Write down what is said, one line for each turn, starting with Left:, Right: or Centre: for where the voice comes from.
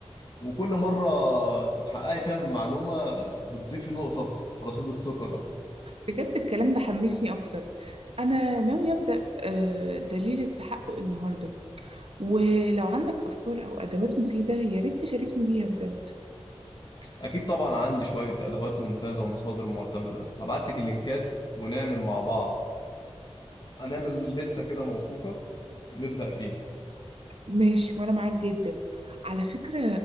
Left: وكل مرة تتحققي فيها من معلومة بتضيفي نقطة في رصيد الثقة ده
Right: بجد الكلام ده حمسني أكتر أنا ناوية أبدأ آه، دليل التحقق النهاردة ولو عندك أفكار أو أدوات مفيدة يا ريت تشاركني بيها بجد
Left: أكيد طبعا عندي شوية أدوات ممتازة ومصادر معتمدة هبعتلك اللينكات ونعمل مع بعض هنعمل لستة كده موثوقة نبدأ بيها
Right: ماشي وأنا معاك جدا على فكرة